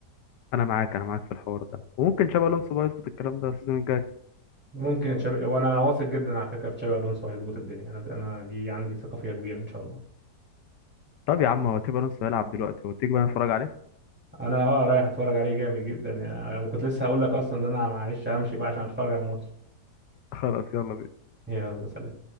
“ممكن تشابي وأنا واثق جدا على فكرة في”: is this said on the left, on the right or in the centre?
Centre